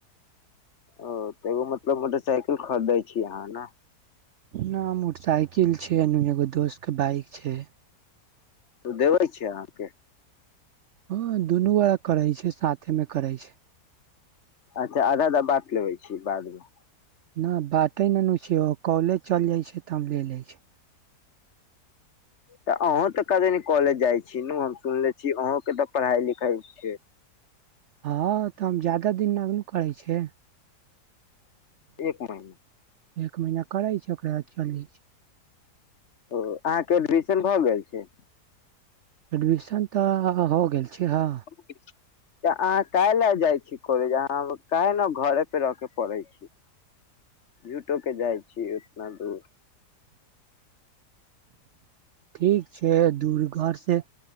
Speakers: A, on the left; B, on the right.
A: ओ तैयो मतलब मोटरसाइकिल खरीदै छी अहाँ ने।
B: न मोटरसाइकिल छैय एगो दोस्त के बाइक छैय।
A: त ऽ देबे छी अहाँके
B: हँ दुनू वै करे छै, साथ में करै छै।
A: अच्छा आधा -आधा बाँट लेबै छी बाद मे
B: न बाटे ने नु छीयो कॉलेज चल जाय छै त हम ले ले छी।
A: तऽ अहुँ तऽ कतेनीक कॉलेज जाइ छी नु हम सुनले छी, अहूं के तऽ पढ़ाई लिखाई छे।
B: हँ तऽ हम जादा दिन नगनु करै छियै
A: एक महीना
B: एक महीना करे छै ओकरा बाद चल जैय छै।
A: ओ अहाँके एडमिशन भअ गेल छैय।
B: एडमिशन तऽ हो गेल छे हँ।
A: <unintelligible> त अहाँ काहे ले जाय छी कॉलेज अहाँ काहे ना घरे पे रहके पढ़े छी। झूठोके जाइछी उतना दूर।
B: ठीक छै दूरघर से